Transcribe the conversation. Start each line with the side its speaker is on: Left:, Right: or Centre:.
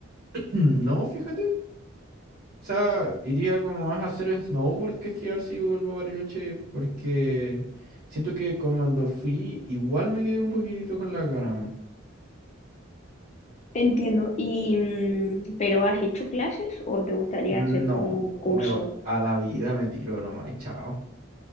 Right: <clears throat> Mm, No, fíjate. O sea, iría como más a hacer snowboard que esquiar si vuelvo a Bariloche, porque siento que cuando fui, igual me quedé un poquitito con las ganas.
Left: Entiendo. Y, mm, ¿pero has hecho clases o te gustaría
Right: weón.
Left: hacer
Right: No,
Left: como un curso?
Right: me, vo- a la vida me tiro nomás y chao.